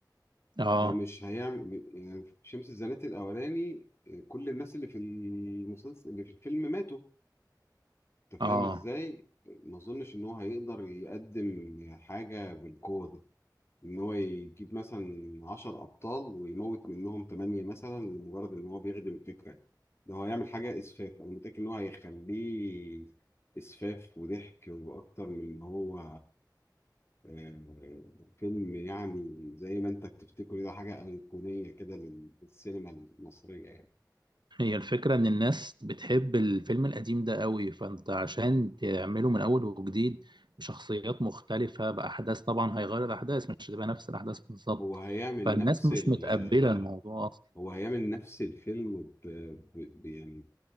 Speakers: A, on the right; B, on the left.
A: اه
B: فمش هيعمل يعني شمس الزناتي الاولاني كل الناس اللي في المسلسل اللي في الفيلم ماتوا انت فاهم
A: اه
B: ازاي ما اظنش ان هو هيقدر يقدم حاجه بالقوه دي ان هو يجيب مثلا 10 ابطال ويموت منهم 8 مثلا لمجرد ان هو بيخدم الفكره ده هو هيعمل حاجه اسفاف انا متاكد ان هو هيخليه اسفاف وضحك واكتر من ان هو آه، فيلم يعني زي ما انت بتفتكره ده حاجه ايقونيه كده لل- للسينما المصريه يعني
A: هي الفكرة إن الناس بتحب الفيلم القديم ده قوي فأنت عشان تعمله من أول وجديد بشخصيات مختلفة بأحداث طبعا هيغير الأحداث مش هتبقى نفس الأحداث بالظبط
B: هو هيعمل
A: فالناس
B: نفس
A: مش
B: ال
A: متقبلة
B: آه،
A: الموضوع أصلا
B: هو هيعمل نفس الفيلم ب... ب... ب- يعني